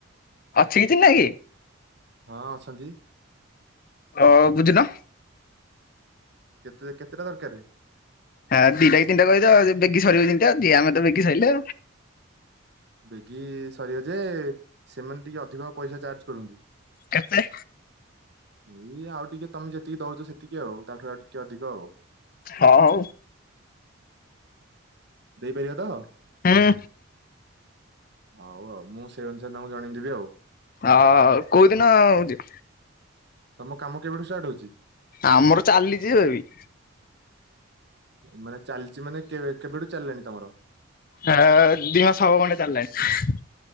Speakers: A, on the left; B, on the right.
A: ଅଛି କି ଚିହ୍ନାକି?
B: ହଁ ଅଛନ୍ତି।
A: ହ ବୁଝିଲ।
B: କେତେ କେତେଟା ଦରକାର?
A: ଆ ଦିଟା କି ତିନଟା କହିଦବ ଆ ବେଗି ସରିବ ଯେନ୍ତୀ ଆ ଦିଆଙ୍କ ତ ବେଗି ସିଇଲା।
B: ବେଗି ସରିବ ଯେ ସେମାନେ ଟିକେ ଅଧିକ ପଇସା ଚାର୍ଜ କରନ୍ତି।
A: କେତେ?
B: ଏଇ ଆଉ ଟିକେ ତମେ ଯେତିକି ଦଉଚ ସେତିକି ଆଉ ତାଠୁ ଆଉ ଟିକେ ଅଧିକ ଆଉ।
A: ହଉ।
B: ଦେଇପାରିବ ତ
A: ହୁଁ।
B: ହଉ ଆଉ ମୁଁ ସେଇ ଅନୁସାରେ ତାଙ୍କୁ ଜଣେଇ ଦେବି ଆଉ।
A: ହଁ କୋଉଦିନ ହଉଚି
B: ତମ କାମ କେବେଠୁ ଷ୍ଟାର୍ଟ ହଉଚି?
A: ଆମର ଚାଲିଛି ଏବେବି।
B: ମାନେ ଚାଲଚି ମାନେ କେ କେବେଠୁ ଚାଲିଲାଣି ତମର
A: ଆ ଦିମାସ ହବ ଖଣ୍ତେ ଚାଲିଲାଣି।